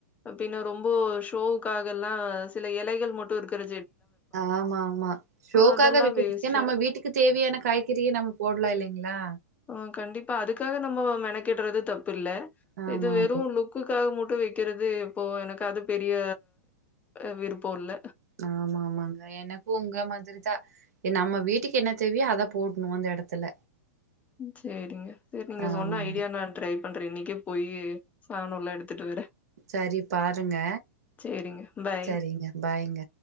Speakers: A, on the left; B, on the right.
A: பின்ன ரொம்போ ஷோவுக்காகலா சில எலைகள் மட்டு இருக்குற
B: ஆமாம்மா ஷோக்காக
A: அதெல்லாம்
B: வெக்கற்துக்கு
A: வேஸ்ட்டு.
B: நம்ம வீட்டுக்கு தேவையான காய் கிறிய நம்ம போட்லா இல்லைங்ளா
A: ஆ கண்டிப்பா அதுக்காக நம்ம மெனக்கெட்றது தப்பு இல்ல
B: ஆமா
A: இது வெறு
B: ஆமா.
A: லுக்குக்காக மட் ட்டு வெக்கிறது எப்பவு எனக்கு அது பெரிய அ விருப்போ இல்ல
B: ஆமா ஆமாங்க எனக்கு உங்க மாதிரிதா எ நம்ம வீட்டுக்கு என்ன தேவையோ அத போட்ணு அந்த எடத்துல
A: சேரிங்க சேரி நீங்க
B: ஆமாங்க.
A: சொன்ன ஐடியா நா ட்ரை பண்றே இன்னைக்கே போயி சாணோல்லா எடுத்துட்டு வரே
B: சரி பாருங்க,
A: சரிங்க. பாய்.
B: சரிங்க பாய்ங்க.